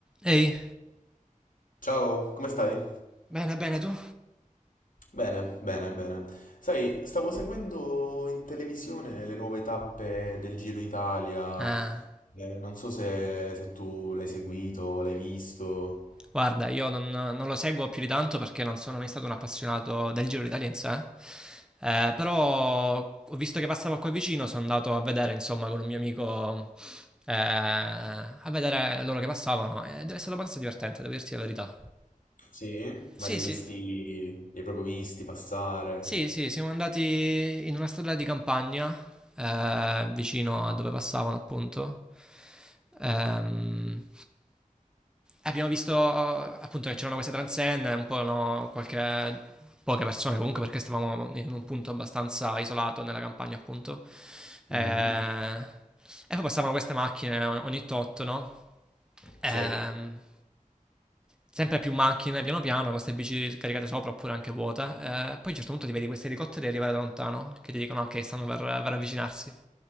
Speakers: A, in the centre; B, on the left.
A: Ehi,
B: Ciao, come stai?
A: Bene, bene, tu?
B: Bene, bene, bene. Sai, stavo seguendo in televisione le nuove tappe del Giro Italia.
A: ah,
B: Eh, non so se, se tu l'hai seguito, l'hai visto.
A: guarda, io non, non lo seguo più di tanto perché non sono mai stato un appassionato del Giro d'Italia in sé, eh, Eh, però ho visto che passavo qua vicino, sono andato a vedere insomma con un mio amico, eh, a vedere loro che passavano, ed è stato abbastanza divertente, devo dirti la verità.
B: Sì?
A: Sì,
B: Ma li hai
A: sì,
B: visti, li hai proprio visti passare?
A: sì, sì, siamo andati in una strada di campagna, eh, vicino a dove passavano appunto. Ehm, Abbiamo visto appunto che c'erano queste transenne, un po' no, qualche, poche persone comunque perché stavamo in un punto abbastanza isolato nella campagna appunto. Eh,
B: Mhm.
A: E, poi passavano queste macchine ogni tot, no? Ehm,
B: Sì.
A: sempre più macchine piano piano con queste bici caricate sopra oppure anche vuote. Eh, poi a un certo punto ti vedi questi elicotteri arrivare da lontano che ti dicono ok stanno per, per avvicinarsi.